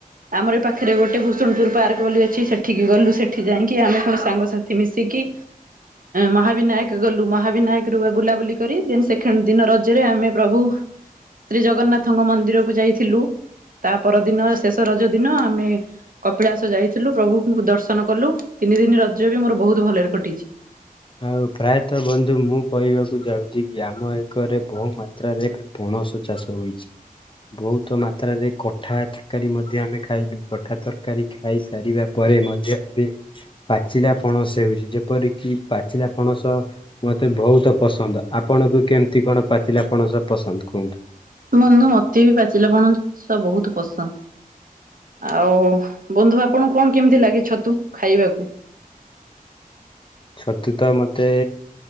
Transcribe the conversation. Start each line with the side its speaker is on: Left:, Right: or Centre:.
Right: ଆମର ପାଖରେ ଗୋଟେ ଭୂଷୁଣପୁର ପାର୍କ ବୋଲି ଅଛି ସେଠିକି ଗଲୁ ସେଠି ଯାଇକି ଆମେ କଣ ସାଙ୍ଗସାଥି ମିଶିକି ମହାବିନାୟକ ଗଲୁ ମହାବିନାୟକ ରୁ ବୁଲାବୁଲି କରି ଦି ସେକେଣ୍ଡ ଦିନ ରଜରେ ଆମେ ପ୍ରଭୁ ଶ୍ରୀ ଜଗନ୍ନାଥଙ୍କ ମନ୍ଦିରକୁ ଯାଇଥିଲୁ ତା ପର ଦିନ ଶେଷ ରଜ ଦିନ ଆମେ କପିଳାସ ଯାଇଥିଲୁ ପ୍ରଭୁଙ୍କୁ ଦର୍ଶନ କଲୁ ତିନି ଦିନ ରଜ ବି ମୋର ବୋହୁତ ଭଲରେ କଟିଛି।
Left: ଆଉ ପ୍ରାୟତଃ ବନ୍ଧୁ ମୁଁ କହିବାକୁ ଯାଉଚି କି ଆମ ଏକରେ ବୋହୁ ମାତ୍ରାରେ ଏବେ ପଣସ ଚାଷ ହୋଇଚି ବୋହୁତ ମାତ୍ରାରେ କଠା ତରକାରୀ ମଧ୍ୟ ଆମେ ଖାଇଲୁ କଠା ତରକାରୀ ଖାଇ ସାରିବା ପରେ ମଧ୍ୟ ଏବେ ପାଚିଲା ପଣସ ହେଉଚି ଯେପରିକି ପାଚିଲା ପଣସ ମତେ ବୋହୁତ ପସନ୍ଦ ଆପଣଙ୍କୁ କେମିତି କଣ ପାଚିଲା ପଣସ ପସନ୍ଦ କୁହନ୍ତୁ?
Right: ବନ୍ଧୁ ମତେ ବି ପାଚିଲା ପଣସ ବୋହୁତ ପସନ୍ଦ। ଆଉ ବନ୍ଧୁ ଆପଣଙ୍କୁ କଣ କେମିତି ଲାଗେ ଛତୁ ଖାଇବାକୁ?
Left: ଛତୁ ତ ମତେ